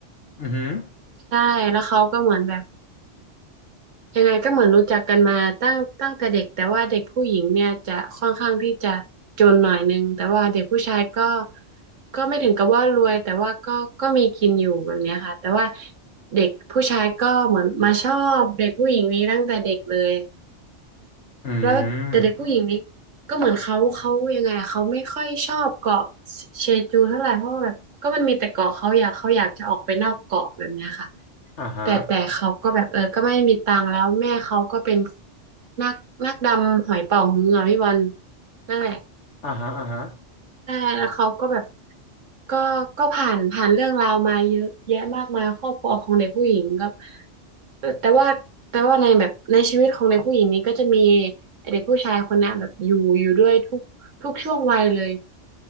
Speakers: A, on the left (about 65°); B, on the right (about 85°).
A: อือหือ
B: ใช่แล้วเขาก็เหมือนแบบ ยังไงก็เหมือนรู้จักกันมาตั้งตั้งแต่เด็กแต่ว่าเด็กผู้หญิงเนี่ยจะค่อนข้างที่จะจนหน่อยนึงแต่ว่าเด็กผู้ชายก็ก็ไม่ถึงกับว่ารวยแต่ว่าก็ก็มีกินอยู่แบบเนี้ยค่ะแต่ว่าเด็กผู้ชายก็เหมือนมาชอบเด็กผู้หญิงนี้ตั้งแต่เด็กเลย
A: อืม
B: แล้วแต่เด็กผู้หญิงนี้ก็เหมือนเขาเขายังไงอะเขาไม่ค่อยชอบเกาะเชจูเท่าไหร่เพราะว่าแบบก็มันมีแต่เกาะเขาอยากเขาอยากจะออกไปนอกเกาะแบบเนี้ยค่ะ
A: อ่าฮะ
B: แต่แต่เขาก็แบบเออก็ไม่มีตังค์แล้วแม่เขาก็เป็นนักนักดำหอยเป๋าฮืออ่ะพี่บอลนั่นแหละ
A: อ่าฮะอ่าฮะ
B: ใช่แล้วเขาก็แบบก็ก็ผ่านผ่านเรื่องราวมาเยอะแยะมากมายครอบครัวของเด็กผู้หญิงก็แต่แต่ว่าแต่ว่าในแบบในชีวิตของเด็กผู้หญิงนี้ก็จะมีเด็กผู้ชายคนนะแบบอยู่อยู่ด้วยทุกทุกช่วงวัยเลย